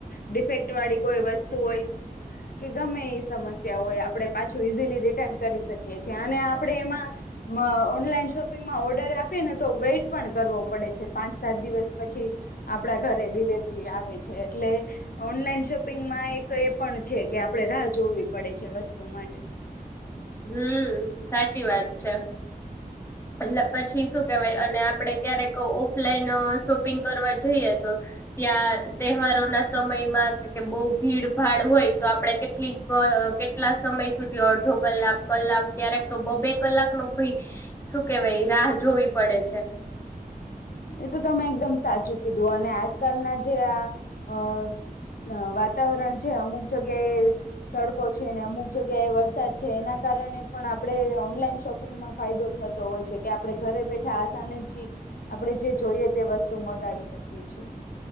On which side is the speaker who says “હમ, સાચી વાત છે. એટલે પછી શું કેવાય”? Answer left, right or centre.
Left